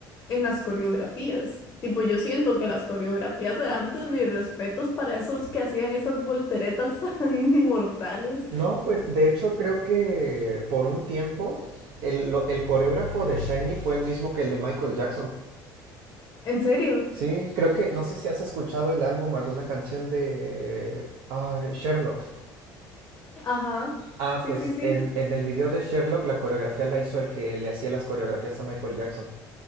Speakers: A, on the left; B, on the right.
A: en las coreografías. Tipo, yo siento que las coreografías de antes, mis respetos para esos que hacían esas volteretas <laughs> tan mortales.
B: No, pues de hecho creo que por un tiempo el, lo- el coreógrafo de Shiny fue el mismo que el de Michael Jackson.
A: ¿En serio?
B: Sí, creo que, no sé si has escuchado el álbum o alguna canción de ay, Sherlock.
A: Ajá.
B: Ah,
A: Sí,
B: pues
A: sí, sí.
B: en, en el video de Sherlock la coreografía la hizo el que le hacía las coreografías a Michael Jackson.